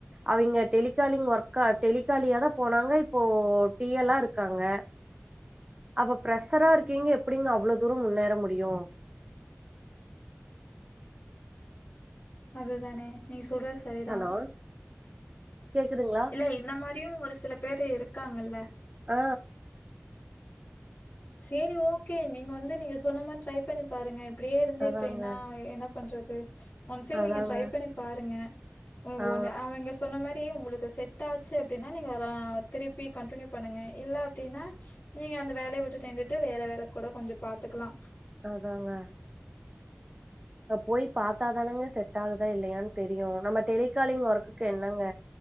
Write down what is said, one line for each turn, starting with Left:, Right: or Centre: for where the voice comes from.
Right: அவிங்க டெலிகாலிங் ஒர்க்கா டெலிகாலியாதா போனாங்க இப்போ டி எல்லா இருக்காங்க அப்ப பிரெஷரா இருக்கீங்க எப்புடிங்க அவ்வளோ தூரொ முன்னேற முடியு
Left: அதுதானே நீங்க சொல்ற சரிதா
Right: ஹலோ கேக்குதுங்களா?
Left: இல்ல இந்த மாரியு ஒரு சில பேரு இருக்காங்கல்ல
Right: அ
Left: சேரி ஓக்கே நீங் வந்து நீங்க சொன்ன மார் ட்ரை பண்ணிப் பாருங்க இப்புடியே இருந்து
Right: அதாங்க,
Left: இப்டி என்னா என்னப் பண்றது ஒன் செ
Right: அதாங்க.
Left: நீங்க ட்ரை பண்ணி பாருங்க உங்க
Right: ஆ.
Left: ஒண்ணு அவிங்க சொன்ன மாரி உங்களுக்கு செட் ஆச்சு அப்டின்னா நீங்க ரா திருப்பி கண்டின்யூ பண்ணுங்க இல்ல அப்டின்னா நீங்க அந்த வேலைய விட்டு நின்ண்டுட்டு வேற வேல கூட கொஞ்சொ பாத்துக்கலா
Right: அதாங்க போய் பாத்தாாதானங்க செட் ஆகுதா இல்லையான்னு தெரியு நம்ம டெலிகாலிங் ஒர்க்குக்கு என்னங்க